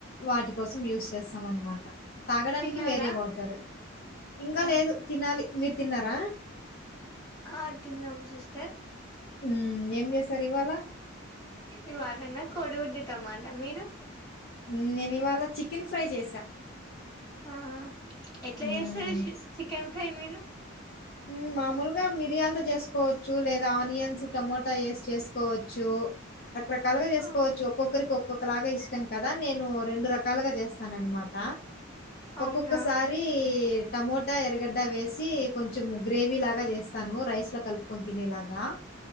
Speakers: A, on the left; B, on the left.
A: వాటి కోసం యూస్ చేస్తాం అనమాట తాగడానికి
B: తిన్నారా
A: వేరే వాటరు ఇంకా
B: ఆ
A: లేదు తినాలి మీరు తిన్నారా?
B: ఆ తిన్నం సిస్టర్
A: ఉమ్ ఏం చేస్తారు ఇవాళ
B: ఇవాళ కూడ కొడి గుడ్డు టమాట మీది ఉ
A: మ్మ్, నేను ఇవాళ చికెన్ ఫ్రై చేశా.
B: ఆ ఆ ఎట్లా
A: హ్మ్.
B: చేస్తారు సి చికెన్ ఫ్రై మీరు ఉ
A: ఉమ్ మామూలుగా మిరియాలతో చేసుకోవచ్చు లేదా ఆనియన్స్ టమోటా వేసి చేసుకోవచ్చు రకరకాలుగా
B: మీరు
A: చేసుకోవచ్చు ఒక్కొక్కరికి ఒక్కొక్కలాగా ఇష్టం కదా నేను రెండు రకాలగా చేస్తాన అనమాట
B: అవునా
A: ఒక్కొక్కసారి టమోటా ఎరగడ్డ వేసి కొంచం చమ గ్రేవీ లాగా చేస్తాను రైసులోకలుపుకొని తినేలాగా